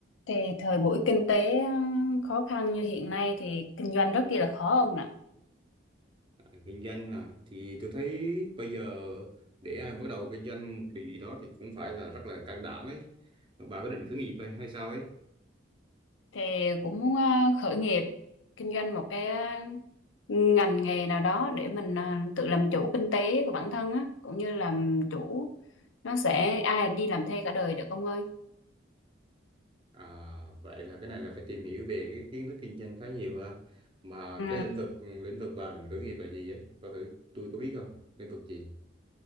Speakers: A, on the left (about 80°); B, on the right (about 25°).
A: Thì thời buổi kinh tế ờ, khó khăn như hiện nay thì kinh doanh rất kia là khó ông nè.
B: À, Kinh doanh hả? Thì tôi thấy bây giờ để ai bắt đầu kinh doanh một điều gì đó thì cũng phải là rất là can đảm ấy. Bà có định khởi nghiệp hay hay sao ấy?
A: Thì cũng muốn ờ, khởi nghiệp, kinh doanh một cái ờ, ngành nghề nào đó để mình ờ, tự làm chủ kinh tế của bản thân á, cũng như làm chủ nó sẽ ai đi làm thuê cả đời được ông ơi.
B: À, vậy là cái này là phải tìm hiểu về cái kiến thức kinh doanh khá nhiều ha. Mà
A: Ừ.
B: cái lĩnh vực lĩnh vực bà định khởi nghiệp là gì ấy? Coi thử tôi có biết không? Lĩnh vực gì?